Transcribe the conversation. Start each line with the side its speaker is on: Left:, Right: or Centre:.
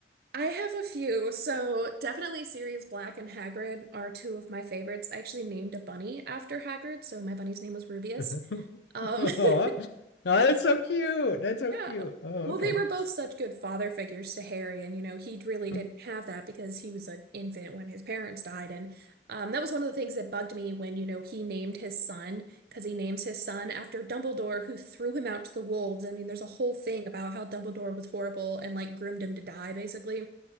Right: I have a few. So definitely Sirius Black and Hagrid are two of my favorites. I actually named a bunny after Hagrid, so my bunny's name was Rubius.
Left: <laughs>
Right: Um,
Left: Aw. Oh,
Right: <laughs>
Left: that's so cute. That's so
Right: Yeah.
Left: cute. Oh,
Right: Well,
Left: okay.
Right: they were both such good father figures to Harry, and you know, he really
Left: <laughs>
Right: didn't have that because he was an infant when his parents died. And um, that was one of the things that bugged me when, you know, he named his son, because he names his son after Dumbledore, who threw him out to the wolves. I mean, there's a whole thing about how Dumbledore was horrible and like groomed him to die, basically.